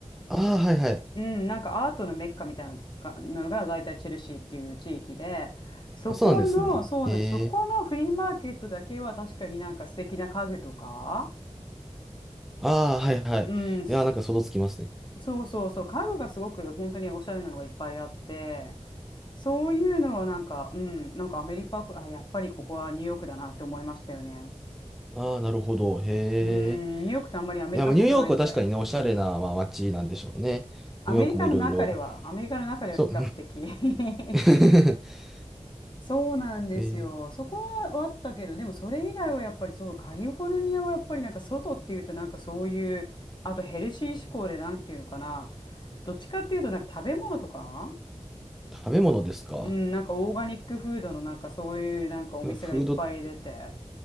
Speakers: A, in the centre; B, on the left.
A: ああ、はいはい。
B: うん、なんかアートのメッカみたいなのが、のが大体チェルシーっていう地域で、そこの、
A: あ、そうなんですね。
B: そうなんです。
A: へえ。
B: そこのフリーマーケットだけは確かになんか素敵な家具とか、
A: ああ、はいはい。
B: うん、す
A: いやー、なんか想像つきますね。
B: そうそうそう、家具がすごく本当におしゃれなのがいっぱいあって、そういうのはなんか、うん、なんかアメリカ、あ、やっぱりここはニューヨークだなって思いましたよね。
A: ああ、なるほど。へえ。
B: うん、ニューヨークってあんまりアメリカっぽくないんで、
A: いや、まあニューヨークは確かにね、おしゃれな、まあ、街なんでしょうね。
B: アメリカの中では、
A: ニューヨークもいろいろ。
B: アメリカの中では比較的
A: そう。
B: <laughs>
A: <laughs>
B: そうなんですよ。
A: えー
B: そこはあったけど、でもそれ以外はやっぱりそう、カリフォルニアはやっぱりなんか外っていうとなんかそういう、あとヘルシー志向でなんていうのかな、どっちかっていうとなんか食べ物とか、
A: 食べ物ですか。
B: うん、なんかオーガニックフードのなんかそういうなんかお店がいっぱい出て。
A: なんかフード、